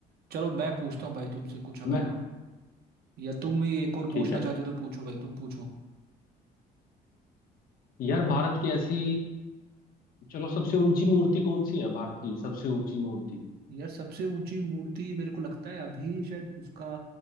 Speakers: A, on the right; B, on the left.
A: चलो मैं पूछता हूँ भाई तुमसे कुछ अब
B: मैं
A: है ना या तुम ही एक और
B: ठीक
A: पूछना
B: है
A: चाहते हो तो पूछो भाई तुम पूछो
B: यार भारत की ऐसी चलो सबसे ऊंची मूर्ति कौन सी है भारत की सबसे ऊंची मूर्ति
A: यार सबसे ऊंची मूर्ति मेरे को लगता है अभी शायद उसका